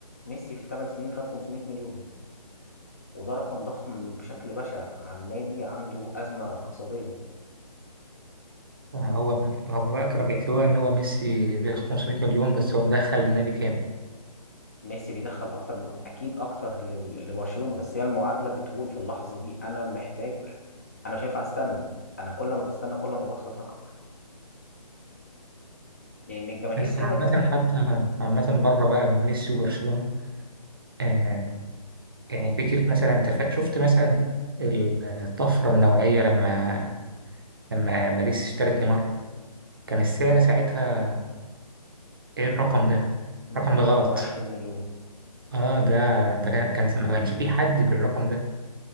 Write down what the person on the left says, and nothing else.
ميسي في 8 سنين خد 500 مليون وده رقم ضخم بشكل بشع عن نادي عنده أزمة اقتصادية
ميسي بيدخل أكتر أكيد أكتر لل... لبرشلونة بس هي المعادلة بتقول في اللحظة دي أنا محتاج أنا مش هينفع أستنى أنا كل ما بستنى كل ما بخلص أكتر لأن الجماهير
كده
كده
222
مليون